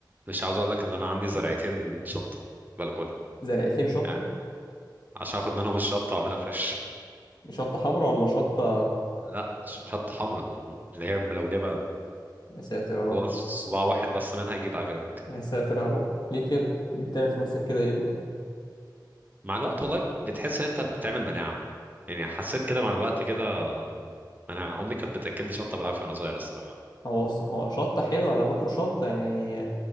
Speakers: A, on the right; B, on the left.
A: مش عاوز اقول لك ان انا عندي زرعتين شطه في البلكونه
B: زرعتين شطه
A: يعني عشان اخد منهم الشطه واعملها فريش
B: دي شطه حمراء ولا شطه
A: لا ش- شطه حمراء اللي هي ملولبه
B: <laughs> يا ساتر يا رب
A: هو صباع واحد بس منها يجيب اجلك
B: يا ساتر يا رب ليه كده ليه بتعمل في نفسك كده يا ابني
A: مع الوقت والله بتحس ان انت بتعمل مناعه يعني حسيت كده مع الوقت كده مناعه امي كانت بتاكلني شطه بالعافيه وانا صغير الصراحه
B: هو هو شطه حلوه انا باكل شطه يعني